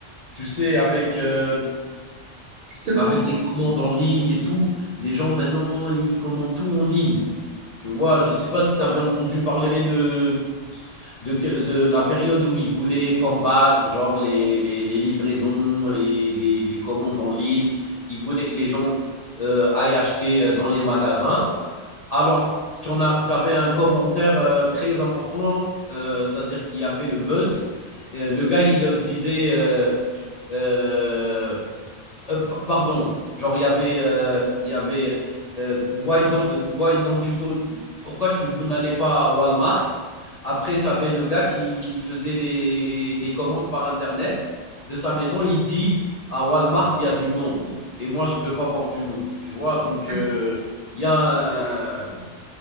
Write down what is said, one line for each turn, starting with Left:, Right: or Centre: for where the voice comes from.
Left: Tu sais, avec euh,
Right: je te comprends.
Left: avec les commandes en ligne et tout, les gens maintenant ils commandent tout en ligne. Tu vois, je sais pas si tu avais entendu parler de de, de la période où ils voulaient combattre, genre les, les, les livraisons et les, les, commandes en ligne. Ils voulaient que les gens euh, aillent acheter euh, dans les magasins. Alors, tu en as tu avais un commentaire euh, très important, euh, c'est-à-dire qui a fait le buzz. Euh, le gars, il disait Euh, euh, euh, p- pardon, genre il y avait, euh, il y avait euh, why, don't, why don't you go Pourquoi tu, vous n'allez pas à Walmart Après, tu avais le gars qui, qui faisait les, les commandes par Internet de sa maison. Il dit à Walmart, il y a du monde. Et moi, je ne veux pas voir du monde. Tu vois, donc euh,
Right: Ouais,
Left: il y a un,